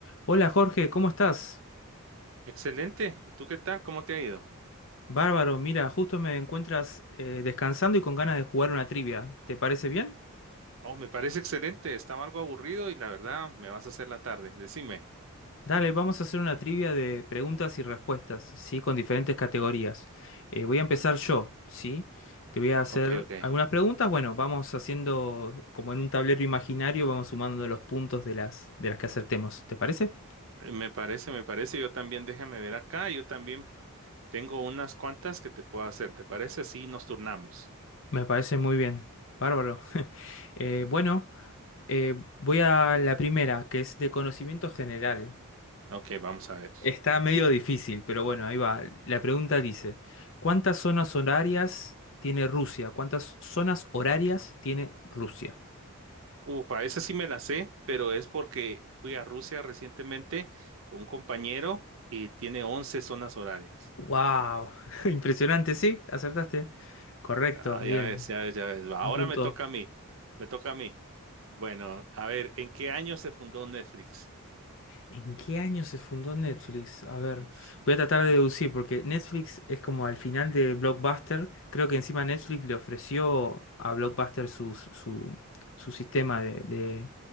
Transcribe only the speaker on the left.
Hola Jorge, ¿cómo estás?
Bárbaro, mira, justo me encuentras eh, descansando y con ganas de jugar una trivia. ¿Te parece bien?
Dale, vamos a hacer una trivia de preguntas y respuestas, ¿sí? Con diferentes categorías. Eh, voy a empezar yo, ¿sí? Te voy a hacer
algunas preguntas. Bueno, vamos haciendo como en un tablero imaginario, vamos sumando los puntos de las, de las que acertemos. ¿Te parece?
Me parece muy bien. Bárbaro. Eh, bueno, eh, voy a la primera, que es de conocimiento general.
Está medio difícil, pero bueno, ahí va. La pregunta dice, ¿cuántas zonas horarias tiene Rusia? ¿Cuántas zonas horarias tiene Rusia?
¡Wow! <laughs> Impresionante, sí, acertaste. Correcto,
bien.
Un
punto.
¿En qué año se fundó Netflix? A ver,
voy a tratar de deducir, porque Netflix es como al final de Blockbuster. Creo que encima Netflix le ofreció a Blockbuster sus- su, su sistema de, de-